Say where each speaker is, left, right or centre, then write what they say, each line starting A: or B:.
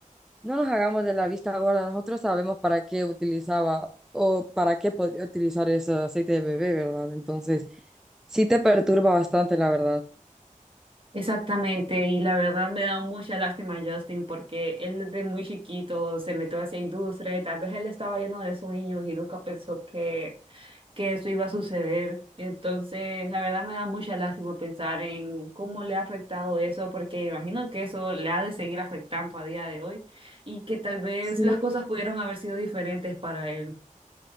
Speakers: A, in the centre; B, on the right.
A: No nos hagamos de la vista gorda, nosotros sabemos para qué utilizaba o para qué podría utilizar ese aceite de bebé, ¿verdad? Entonces, sí te perturba bastante, la verdad.
B: Exactamente, y la verdad me da mucha lástima a Justin porque él desde muy chiquito se metió a esa industria y tal vez él estaba lleno de sueños y nunca pensó que, que eso iba a suceder. Entonces, la verdad me da mucha lástima pensar en cómo le ha afectado eso porque imagino que eso le ha de seguir afectando a día de hoy y que tal vez
A: Sí.
B: las cosas pudieron haber sido diferentes para él.